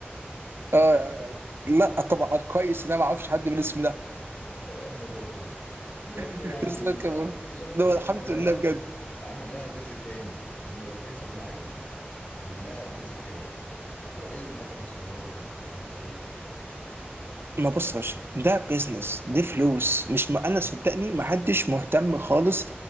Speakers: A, on the right (about 70°); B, on the left (about 40°).
A: اه لا طبعا كويس ان انا ما اعرفش حد بالاسم ده
B: احمد ربنا المهم
A: <laughs>
B: يعني
A: اسلام
B: ان
A: كابونجا
B: اكتشفت في
A: ده
B: الاخر
A: هو الحمد
B: ان هو
A: لله بجد
B: عامل لها جزء تاني من الاغنيه سمعت عامل لها جزء تاني هو ايه اللي احنا وصلنا له ده يعني ايه
A: ما بص يا باشا ده بيزنس دي فلوس مش ما انا صدقني ما حدش مهتم خالص